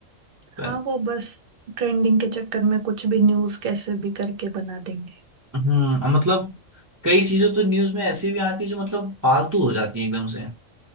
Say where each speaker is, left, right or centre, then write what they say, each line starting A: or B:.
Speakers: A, on the right; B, on the right.
A: हाँ
B: पहले
A: वो बस ट्रेंडिंग के चक्कर में कुछ भी न्यूज कैसे भी करके बना देंगे
B: हम्म और मतलब कई चीजें तो न्यूज में ऐसी भी आती है जो मतलब फालतू हो जाती है एकदम से